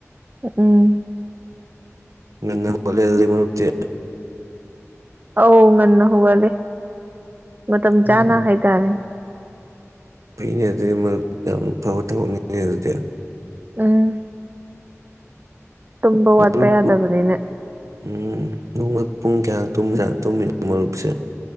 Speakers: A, on the right; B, on the right.
A: ꯎꯝ
B: ꯉꯟꯅ ꯍꯧꯒꯠꯂꯦ ꯃꯔꯨꯞꯇꯤ
A: ꯑꯧ ꯉꯟꯅ ꯍꯧꯒꯠꯂꯦ ꯃꯇꯝ
B: ꯎꯝ
A: ꯆꯥꯅ ꯍꯥꯏꯇꯥꯔꯦ
B: ꯐꯩꯅꯦ ꯑꯗꯨꯗꯤ ꯃꯔꯨꯝ ꯌꯥꯝ ꯐꯕ ꯊꯕꯛꯅꯤꯅꯦ ꯑꯗꯨꯗꯤ
A: ꯎꯝ
B: <unintelligible> <unintelligible> <unintelligible> <unintelligible>
A: ꯇꯨꯝꯕ ꯋꯥꯠꯄ ꯌꯥꯗꯕꯅꯤꯅ
B: ꯃꯔꯨꯞꯁꯦ